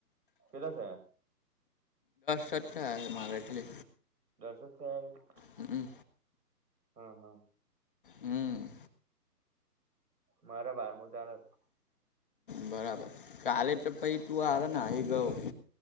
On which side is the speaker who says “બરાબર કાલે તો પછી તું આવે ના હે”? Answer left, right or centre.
Left